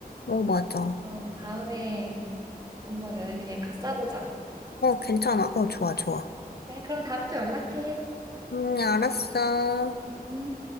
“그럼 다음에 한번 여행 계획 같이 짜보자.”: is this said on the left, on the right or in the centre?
Right